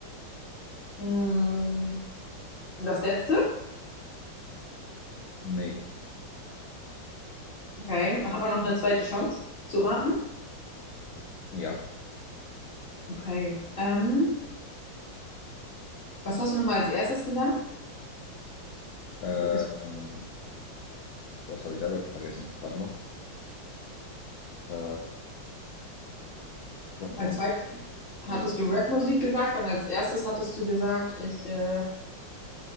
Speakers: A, on the left; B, on the left.
A: Hm, Das letzte.
B: Nee.
A: Okay. Hat man noch eine zweite Chance zu raten?
B: Ja.
A: Okay. Ähm, was hast du nochmal als erstes gesagt?
B: Äh,
A: Jetzt hab ich's-
B: Ähm, boah, das habe ich selber schon vergessen. Warte mal. Äh, ich habe einen
A: Als
B: Hund.
A: zweites hattest
B: Nee.
A: du Rap-Musik gesagt und als erstes hattest du gesagt, ich, äh,